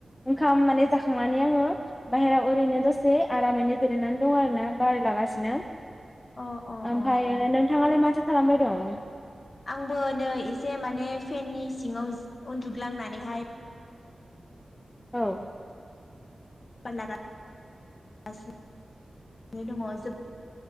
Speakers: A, on the left; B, on the left.
A: ओंखाम मान जाखांनानै आं ओ बायह्रायाव ओरैनो दसे आरामैनो जिरायनानै दङ आरोना बार लागासिनो।
B: अ अ
A: ओमफायो
B: अ अ
A: नोंथाङालाय माथो खालामबाय दं।
B: आंबो नै एसे माने फेननि सिङाव उन्दुग्लांनानैहाय
A: औ।
B: लागा सिनो दङ' <unintelligible>